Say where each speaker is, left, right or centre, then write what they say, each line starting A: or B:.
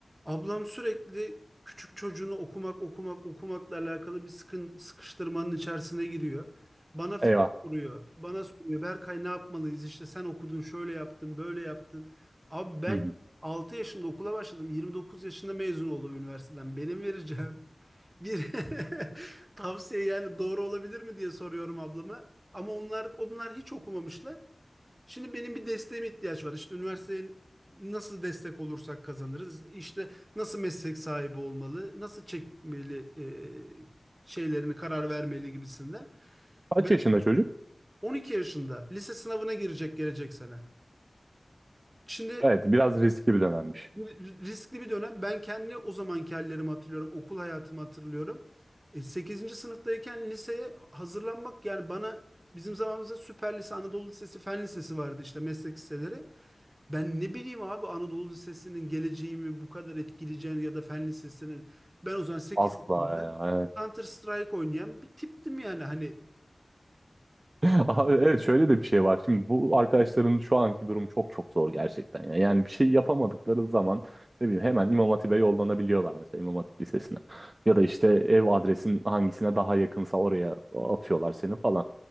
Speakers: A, on the right (about 20°); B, on the right (about 45°).
A: Ablam sürekli küçük çocuğunu okumak okumak okumakla alakalı bir sıkın, sıkıştırmanın içerisine giriyor. Bana fi-
B: Eyvah.
A: soruyor. Bana soruyor. Berkay ne yapmalıyız? işte sen okudun, şöyle yaptın, böyle yaptın. Abi ben
B: Hı hı.
A: 6 yaşında okula başladım. yirmi dokuz yaşında mezun oldum üniversiteden. Benim vereceğim bir <laughs> tavsiye yani doğru olabilir mi diye soruyorum ablama. Ama onlar onlar hiç okumamışlar. Şimdi benim bir desteğime ihtiyaç var. İşte üniversiteye nasıl destek olursak kazanırız. İşte nasıl meslek sahibi olmalı, nasıl çekmeli e, şeylerini karar vermeli gibisinden.
B: Kaç
A: E, Ben
B: yaşında çocuk?
A: 12 yaşında lise sınavına girecek gelecek sene. Şimdi
B: Evet, biraz riskli bir dönemmiş.
A: bu riskli bir dönem. Ben kendi o zamanki hallerimi hatırlıyorum, okul hayatımı hatırlıyorum. E, 8. sınıftayken liseye hazırlanmak yani bana bizim zamanımızda Süper Lise, Anadolu Lisesi, Fen Lisesi vardı işte meslek liseleri. Ben ne bileyim abi Anadolu Lisesi'nin geleceğimi bu kadar etkileyeceğini ya da Fen Lisesi'nin. Ben o zaman sekiz
B: Asla
A: yaşında
B: ya. evet.
A: Counter Strike oynayan bir tiptim yani. Hani
B: <laughs> Abi evet şöyle de bir şey var. Şimdi bu arkadaşların şu anki durumu çok çok zor gerçekten ya. Yani bir şey yapamadıkları zaman ne bileyim hemen İmam Hatip'e yollanabiliyorlar mesela İmam Hatip Lisesi'ne. Ya da işte ev adresin hangisine daha yakınsa oraya atıyorlar seni falan.